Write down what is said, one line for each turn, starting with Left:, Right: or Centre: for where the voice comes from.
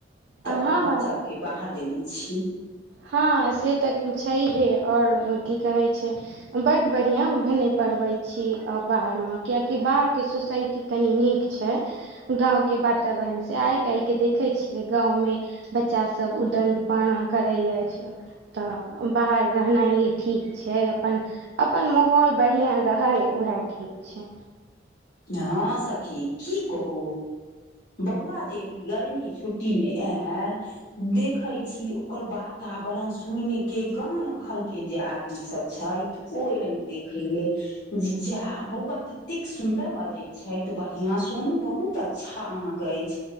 Left: त
Right: हँ हँ
Left: बच्चा के बाहर देने छिय
Right: हँ से त छैहे और की कहै छै बड बढ़िया भने पढ़बै छी बाहर मे कियाकि बाहरके सोसाइटी कनी नीक छै गाँंव के वातावरण से आइ काल्हि के देखे छिये गाँंवमे बच्चा सब उदण्ड पाना करे अछि तऽ बाहर रहनाइए ठीक छै अपन अपन माहौल बढ़िया रहे उएह ठीक छै
Left: हँ सखी की कहू बौआ जे अबरी गर्मी छुट्टीमें आयल देखै छी ओकर वाता वरण सुनि के गाम घर के जे आदमी सब छैथ ओ एयलन देखे ले ज्जा बौआ कतेक सुन्दर बजे छै बढ़िया सुन बहुत अ हँ हँ कहैछी